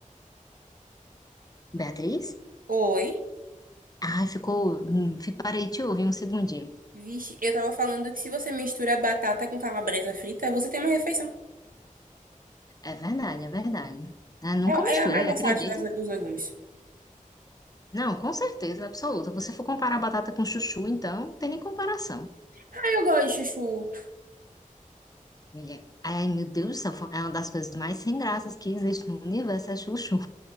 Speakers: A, on the left; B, on the right.
A: Beatriz?
B: Oi?
A: Ai, ficou. hum, fi- Parei de te ouvir um segundinho.
B: Vixe, eu tava falando que se você mistura batata com calabresa frita, você tem uma refeição.
A: É verdade, é verdade. Ah, nunca
B: É,
A: misturei,
B: é a mais
A: acredita?
B: versátil das- dos legumes.
A: Não, com certeza, absoluta. Você for comparar batata com chuchu, então, não tem nem comparação.
B: Ah, eu gosto de chuchu.
A: Amiga, Ai, meu Deus do céu, foi- é uma das coisas mais sem graças que existe no universo, é chuchu.